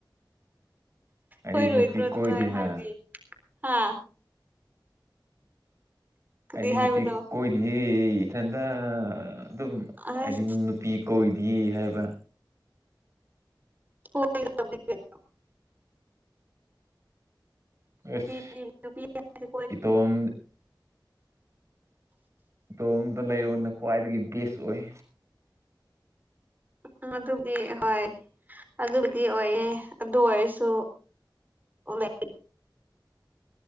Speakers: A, on the right (about 40°); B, on the right (about 20°).
A: ꯑꯩꯗꯤ
B: ꯍꯣꯏ ꯔꯣꯍꯗ꯭ꯔ
A: ꯅꯨꯄꯤ
B: ꯇꯨꯃ
A: ꯀꯣꯏꯗꯦꯅ
B: ꯍꯥꯏꯗꯤ ꯍꯥꯥ ꯀꯗꯤ
A: ꯑꯩꯗꯤ
B: ꯍꯥꯏꯕꯗꯣ
A: ꯅꯨꯄꯤ ꯀꯣꯏꯅꯤꯌꯦ ꯏꯊꯗ ꯑꯗꯨꯝ
B: ꯑꯁ
A: ꯍꯥꯏꯗꯤ ꯅꯨꯄꯤ ꯀꯧꯗꯤ ꯍꯥꯏꯕ
B: ꯍ ꯅꯨ
A: ꯑꯁ
B: ꯅꯨ
A: ꯏꯇꯣꯝ ꯑꯗꯣꯝꯗ ꯂꯩꯔꯅ ꯈ꯭ꯋꯥꯏꯗꯒꯤ ꯕꯦꯁ ꯑꯣꯏ
B: ꯎ ꯑꯗꯨꯗꯤ ꯍꯣꯏ ꯑꯗꯨꯕꯨꯗꯤ ꯑꯣꯏꯌꯦꯦ ꯑꯗꯨ ꯑꯣꯏꯔꯁꯨ ꯑꯣ ꯃ